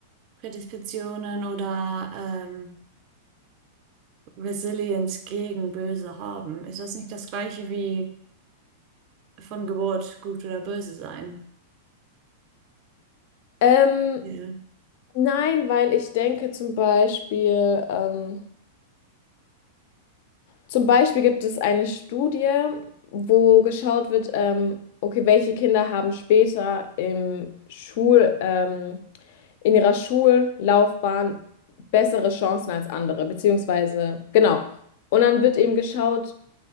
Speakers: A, on the right (about 35°); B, on the left (about 50°).
A: Prädispositionen oder ähm, Resilienz gegen Böse haben. Ist das nicht das gleiche wie von Geburt gut oder böse sein?
B: Ähm,
A: Ja.
B: nein, weil ich denke zum Beispiel, ähm, Zum Beispiel gibt es eine Studie, wo geschaut wird, ähm, okay, welche Kinder haben später im Schul, ähm, in ihrer Schullaufbahn bessere Chancen als andere, beziehungsweise, genau. Und dann wird eben geschaut,